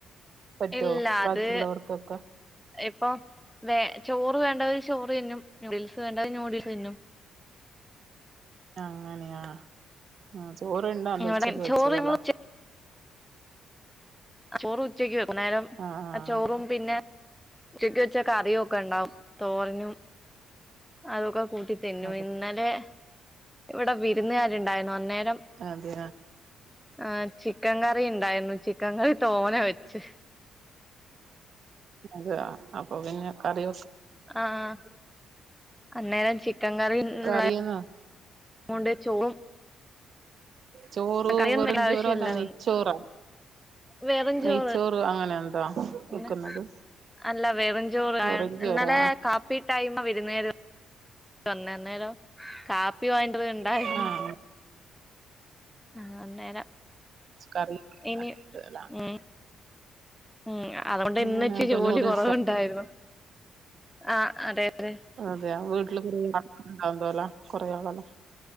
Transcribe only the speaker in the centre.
ഇല്ല
അത് ഇപ്പൊ വേ ചോറ് വേണ്ടവര് ചോറ് തിന്നും നൂഡിൽസ് വേണ്ടവര് നൂഡിൽ തിന്നും
ഇവിടെ
ചോറ് ഞങ്ങൾ ഉച്ച ചോറ് ഉച്ചയ്ക്ക് വെക്കും ന്നേരം
ആ ചോറും പിന്നെ ച്ചക്ക്‌ വെച്ച കറിയും ഒക്കെ ണ്ടാവും തോരനും അതൊക്കെ കൂട്ടി തിന്നു
ഇന്നലെ ഇവിടെ വിരുന്നുകാരുണ്ടായിരുന്നു അന്നേരം
ആഹ് ചിക്കൻ കറി ഉണ്ടായിരുന്നു ചിക്കൻ കറി തോന വച്ച്
ആഹ് അന്നേരം ചിക്കൻ കറിള്ളെ
ഓണ്ട്ച്ചോ
കറിന്ന്
വെക്കണ്ടാശ്യല്ലന്ന്
വെറുഞ്ചോറ്
ന്നെ അല്ല വെറുഞ്ചോറ്
എന്നലേ പ്പി ടൈമ വിരുന്നകാര് വന്നേന്നേരം കാപ്പി വങ്ങണ്ടത് ഇണ്ടായിരുന്നു
ആഹ് അന്നേരം
ഇനി
ഉം ഉം അതോണ്ട് ഇന്ന്
ഇച്ചി
ജോലി
കൊ റവുണ്ടായിരുന്നു ആഹ് അതെ അതെ